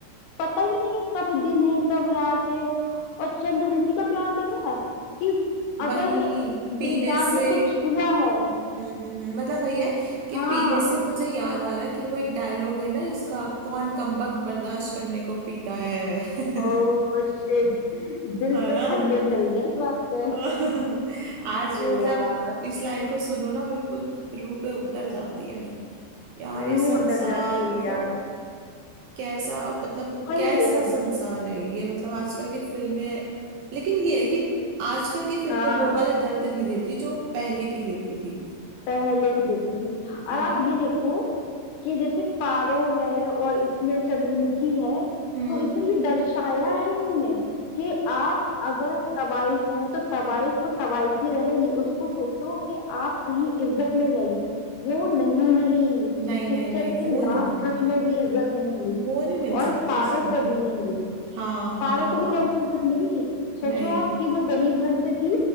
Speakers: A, on the left; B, on the right.
A: पता ही नहीं कब दिन है कब रात है और चंद्रमुखी का प्यार देखा है कि
B: वही
A: अगर देवदास
B: पीने से
A: ने कुछ छुआ है
B: हम्म हम्म, हम्म, मतलब वही है कि
A: हाँ
B: पीने से मुझे याद आ रहा है कि वो एक डायलॉग है ना इसका कौन कमबख्त बर्दाश्त करने को पीता है <laughs>
A: ओह शिट दिल
B: है
A: पे
B: ना
A: खंजर चल गया इस बात पे
B: <laughs> आज
A: अरे
B: भी मतलब
A: यार
B: इस लाइन को सुनो ना बिल्कुल रूह पे उतर जाती है यार
A: रूह
B: ये संसार
A: उतर जाती है
B: मतलब
A: यार
B: कैसा मतलब
A: वही
B: कैसा
A: है
B: संसार है ये मतलब आजकल की फिल्में लेकिन ये है कि आजकल की फिल्में
A: हाँ
B: वो वाला दर्द नहीं देती जो पहले की देती थी
A: पहले की देती थी और
B: है
A: आप
B: ना
A: ये देखो कि जैसे पारो है और इसमें चंद्रमुखी है
B: हम्म
A: तो इसमें ये दर्शाया है इन्होंने कि आप अगर तवाइफ हैं तो तवाइफ को तवाइफ ही रहेगी उसको सोचो कि आप कहीं इज्जत मिल जाएगी वो नहीं मिली
B: नहीं
A: इस
B: नहीं
A: पिक्चर
B: नहीं
A: के
B: वो
A: लास्ट
B: नहीं मिली
A: तक में भी इज्जत नहीं मिली
B: वो नहीं मिल
A: और
B: सकते
A: पारो
B: इसके
A: को
B: अंदर
A: भी नहीं मिली
B: हाँ
A: पारो
B: हाँ
A: को
B: हाँ
A: भी कौन सी इज्जत मिली सोचो
B: नहीं
A: आप कि वो गरीब घर से थी